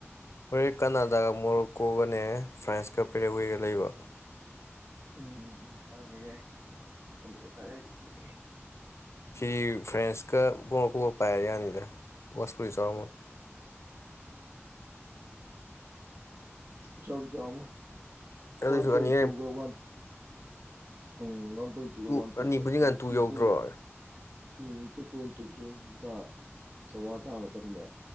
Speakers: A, on the left; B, on the right.
A: ꯍꯣꯔꯦꯟ ꯀꯅꯥꯗꯥꯒ ꯃꯣꯔꯣꯀꯣꯒꯅꯦ ꯐ꯭ꯔꯥꯟꯁꯀ ꯄꯦꯔꯦꯋꯦꯒ ꯂꯩꯕ
B: ꯎꯝ-ꯎꯝ-ꯎꯝ ꯉꯝꯃꯦ ꯌꯥꯏ ꯑꯅꯤꯃꯈꯥꯏ ꯑꯗꯥꯏꯗꯤ ꯊꯦꯡꯉꯦ
A: ꯁꯤꯗꯤ ꯐ꯭ꯔꯥꯟꯁꯀ ꯃꯣꯔꯣꯀꯣꯒ ꯄꯥꯏꯔ ꯌꯥꯅꯤꯗ ꯕꯣꯁꯄꯨꯗꯤ ꯆꯥꯎꯔꯝꯃꯣꯏ
B: <unintelligible> ꯏꯆꯥꯎꯗꯤ ꯆꯥꯎꯔꯝꯃꯣꯏ
A: ꯑꯗꯨꯏꯁꯨ
B: ꯋꯥꯟ ꯄꯣꯏꯟ
A: ꯑꯅꯤ
B: ꯇꯨꯒ ꯋꯥꯟ ꯎꯝ ꯋꯥꯟ ꯄꯣꯏꯟ ꯇꯨꯒ
A: ꯇꯨ
B: ꯋꯥꯟ ꯄꯣꯏꯟ
A: ꯑꯅꯤꯕꯨꯗꯤ
B: ꯑꯦꯠꯀ
A: ꯉꯟ
B: ꯇꯨ
A: ꯌꯧꯗ꯭ꯔꯣ
B: ꯄꯣꯏꯟ ꯎꯝ ꯇꯨ ꯄꯣꯏꯟ ꯇꯨ ꯇꯨ ꯂꯨꯄꯥ ꯆꯧꯉꯥ ꯊꯥ ꯃꯇꯝꯗ